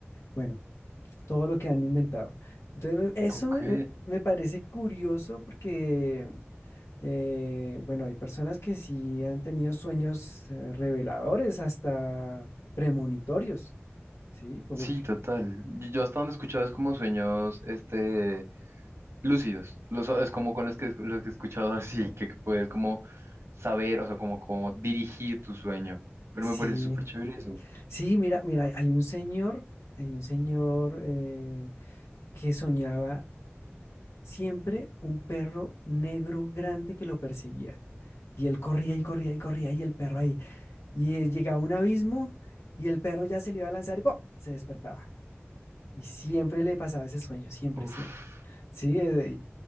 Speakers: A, on the left; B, on the right.
A: bueno, todo lo que han inventado. Entonces, me- eso
B: Ok,
A: me, me- me parece curioso porque, eh, bueno, hay personas que sí han tenido sueños eh, reveladores, hasta premonitorios, ¿sí? Como
B: sí,
A: que
B: total. Y Yo hasta donde he escuchado es como sueños, este, lúcidos. Los, es como con los que, los que he escuchado así, que que puedes como saber, o sea, como, como dirigir tu sueño. Pero
A: sí.
B: me parece súper chévere eso.
A: Sí, mira, mira, hay un señor, hay un señor eh, que soñaba siempre un perro negro grande que lo perseguía. Y él corría y corría y corría y el perro ahí. Y él llegaba a un abismo y el perro ya se le iba a lanzar y ¡pum! se despertaba. Y siempre le pasaba ese sueño, siempre,
B: Uf,
A: siempre. Sí, eh,